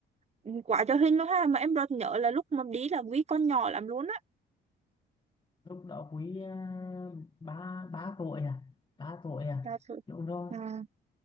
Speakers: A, on the right; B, on the left.
A: ừ, quá cho hình luôn ha mà em rất nhớ là lúc mà đi là quý con nhỏ lắm luôn á
B: lúc đó quý ờ, ba ba tuổi à ba tuổi à
A: Dạ thôi.
B: đúng rồi
A: À.